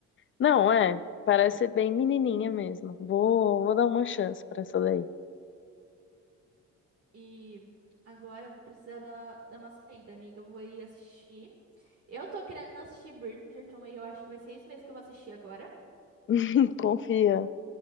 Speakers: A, on the left; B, on the right.
A: Não, é. Parece ser bem menininha mesmo. Vou, vou dar uma chance pra essa daí.
B: E agora eu vou precisar da, dar uma saída, amiga. Eu vou ir assistir. Eu tô querendo assistir Bridgerton e eu acho que vai ser isso mesmo que eu vou assistir agora.
A: <laughs> Confia.